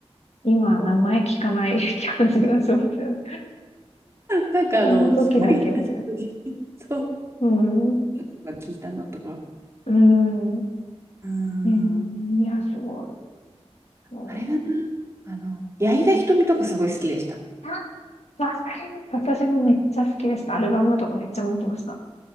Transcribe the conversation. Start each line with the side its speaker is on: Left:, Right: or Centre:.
Left: 今、名前聞かない <laughs> 感じがしますよね。
Right: なんかあの、
Left: あの時だけみたい
Right: すごい久しぶりに、そう、
Left: な。うん、
Right: とか聞いたのとか。
Left: うん。
Right: うーん、
Left: えー、いや、そう。そう
Right: あれだな。あの、矢井田みとかすごい好きでした。
Left: あ、わかります。私もめっちゃ好きでした。アルバムとかめっちゃ持ってました。